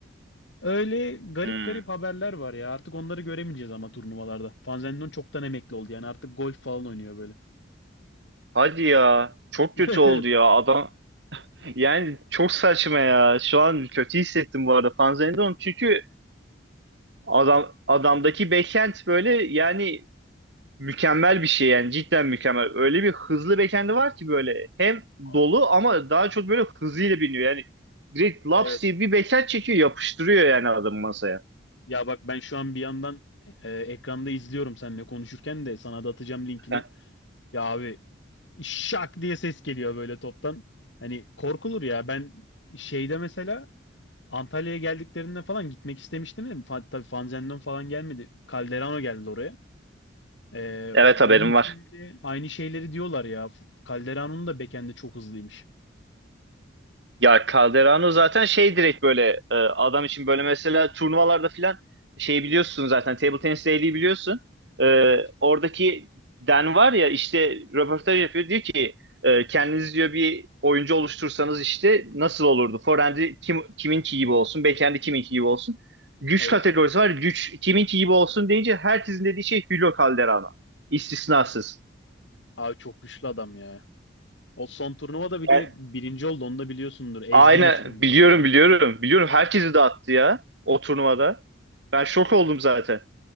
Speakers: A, on the left; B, on the right.
A: Öyle garip
B: Hmm.
A: garip haberler var ya. Artık onları göremeyeceğiz ama turnuvalarda. Fanzenlon çoktan emekli oldu yani. Artık golf falan oynuyor böyle.
B: hadi ya çok
A: <laughs>
B: kötü
A: Evet
B: oldu
A: evet.
B: ya adam yani çok saçma ya şu an kötü hissettim bu arada Fanzendon çünkü adam adamdaki backhand böyle yani mükemmel bir şey yani cidden mükemmel. Öyle bir hızlı backend'i var ki böyle hem
A: Abi,
B: dolu ama daha çok böyle hızıyla biniyor. Yani direkt laps
A: Evet.
B: diye bir backend çekiyor yapıştırıyor yani adamı masaya.
A: Ya bak ben şu an bir yandan e, ekranda izliyorum seninle konuşurken de sana da atacağım linkini.
B: <laughs>
A: Ya abi şak diye ses geliyor böyle toptan. Hani korkulur ya. Ben şeyde mesela Antalya'ya geldiklerinde falan gitmek istemiştim değil mi? Fa- tabii Fanzendon falan gelmedi. Calderano geldi oraya. Ee,
B: Evet
A: onun
B: haberim
A: için
B: var.
A: bile aynı şeyleri diyorlar ya. Calderano'nun da bekendi çok hızlıymış.
B: Ya Calderano zaten şey direkt böyle e, adam için böyle mesela turnuvalarda filan şey biliyorsun zaten table tenis değeri biliyorsun. E,
A: Evet.
B: oradaki Dan var ya işte röportaj yapıyor diyor ki e, kendiniz diyor bir oyuncu oluştursanız işte nasıl olurdu? Forehand'i kim, kiminki gibi olsun, backhand'i kiminki gibi olsun. Güç
A: Evet.
B: kategorisi var. Güç kiminki gibi olsun deyince herkesin dediği şey Julio Calderano. İstisnasız.
A: Abi çok güçlü adam ya. O son turnuvada bir de
B: Yani
A: birinci oldu. Onu da biliyorsundur. Ezdi
B: Aynen
A: geçti bildiğin
B: biliyorum
A: ya.
B: biliyorum. Biliyorum herkesi dağıttı ya o turnuvada. Ben şok oldum zaten.